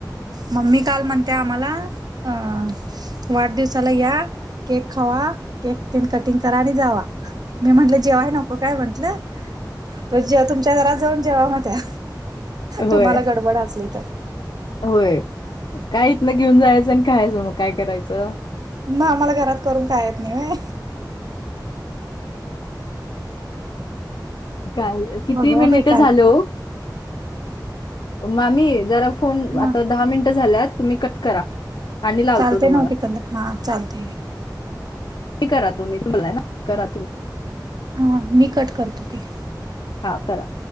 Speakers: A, on the right; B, on the left.
A: मम्मी काल म्हणते आम्हाला अ वाढदिवसाला या केक खावा केक ते कटिंग करा आणि जावा मी म्हंटलं जेव्हाय नको काय म्हंटलं तर जेव तुमच्या घरात जाऊन जेव मग त्या
B: होय
A: तुम्हाला गडबड असली तर
B: होय काय इथनं घेऊन जायचं आणि खयचं मग काय करायचं
A: ना आम्हाला घरात करून कायेत नाही
B: काय किती
A: बघूया
B: मिनिट
A: बाई
B: झालहो
A: काय
B: मामी जरा फोन
A: हा
B: आता दहा मिनिटं झाल्यात तुम्ही कट करा आणि लावतो
A: चालते
B: तुम्हाला
A: नव्हती कंद हा चालतय
B: हे करा तो म्ी तुम्हाला ना करा
A: हा मी कट करतो ते
B: हा खरा